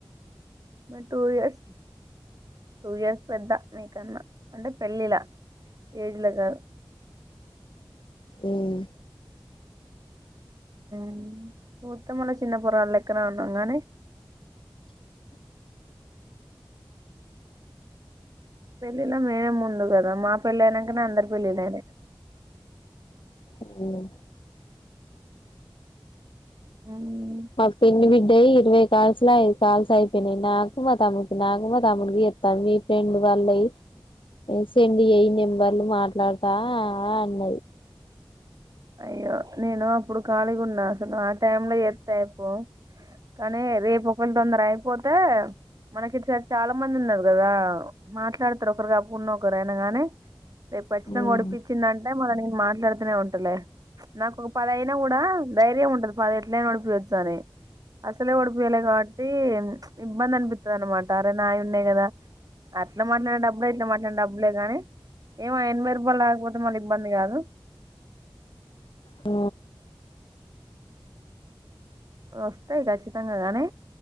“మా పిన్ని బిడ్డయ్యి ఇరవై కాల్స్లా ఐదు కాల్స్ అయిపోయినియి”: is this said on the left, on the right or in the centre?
Left